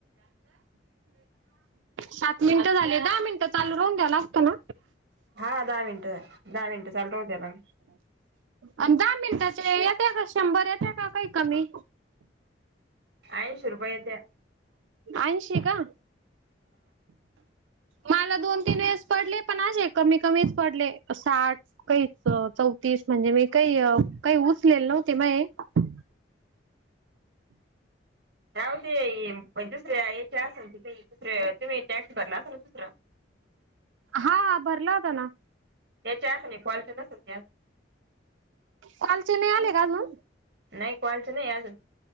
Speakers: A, on the right; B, on the right.
A: सात मिनिटं झाले. दहा मिनिटं चालू राहून द्याव लागतं ना?
B: हा. दहा मिनिट. दहा मिनट चालू राहू दया ना.
A: आणि दहा मिनिटाचे येत का? शंभर येत्या का काही कमी?
B: ऐंशी रुपये येत्या.
A: ऐनशी का?
B: हं.
A: मला दोन तीन वेळेस पडले. पण असे कमी कमीच पडले. साठ- काहीच चौतीस. म्हणजे मी काही काही उचलेल नव्हते <unintelligible>
B: का हो ते दुसऱ्या याचे असेल त ते दुसर तुम्ही टॅक्स भरला असल ना दुसरा?
A: हा. भरला होता ना.
B: त्याच्या <unintelligible> का सध्या?
A: कालचे नाही आले का अजून?
B: नाही कालचे नाही आले.